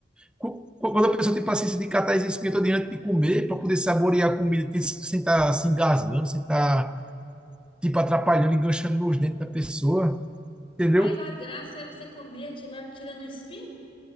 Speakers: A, in the centre; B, on the left.
A: cu- quando a pessoa tem paciência de catar as espinhas todas antes de comer, para poder saborear a comida tem- sem estar se engasgando, sem estar, tipo, atrapalhando, enganchando nos dentes da pessoa, entendeu?
B: Rapaz, a graça é você comer a tilápia tirando o espinho?